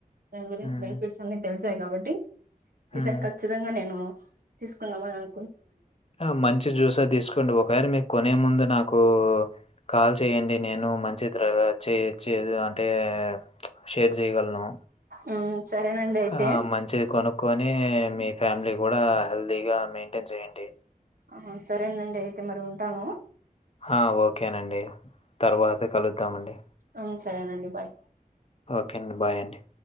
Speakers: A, on the right (about 80°); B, on the left (about 40°).
A: దానిగురించి
B: హ్మ్.
A: బెనిఫిట్స్ అన్ని తెలిసి ఉంటై కాబ్బటి
B: హ్మ్.
A: ఈసారి ఖచ్చితంగా నేను తీసుకుందాం అని
B: ఆ మంచి జ్యూసార్ తీసుకోండి ఒకవేల మీరు కొనే ముందల నాకు కాల్ చెయ్యడి నేను మంచి చేచ్చ అంటే షేర్ చేయగలను
A: ఉమ్, సరేనండి అయితే
B: ఆ మంచిది కొనుక్కోని కానీ మీ ఫ్యామిలీ కూడా హెల్దీగా మెయింటైన్ చేయండి
A: ఆహ సరేనండి అయితే మరి ఉంటాను
B: ఆ ఓకేనండి త బహతే కాల ఇద్దామండి
A: అ సరేనండి బాయ్
B: ఓకే అండి బాయ్ అండి